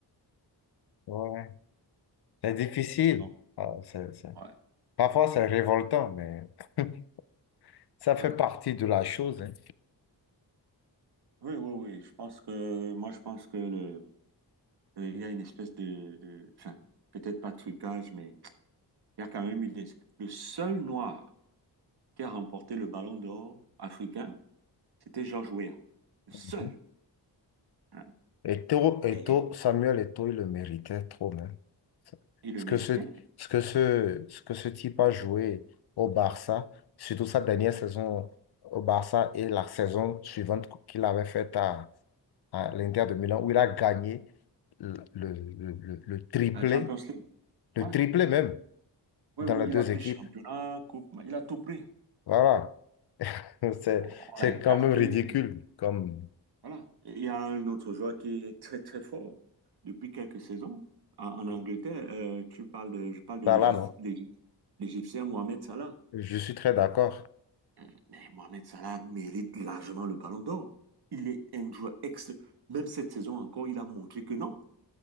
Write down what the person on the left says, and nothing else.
Ouais. C'est difficile.
Ah, c'est- c'est-
Parfois, c'est révoltant, mais <laughs> ça fait
partie de la chose. hein.
Mhm.
Eto, Eto,
Samuel Eto, il le méritait trop, même.
Ce
que ce, ce que ce, ce que ce type
a joué au Barça, surtout sa dernière saison au Barça et la saison suivante qu'il avait faite à, à l'Inter de Milan, où il a gagné le, le, le- le- le triplé,
le
triplé même,
dans
les deux
équipes.
Voilà. <laughs> C'est,
c'est
quand même ridicule comme
ça
là, non?
Je suis très d'accord.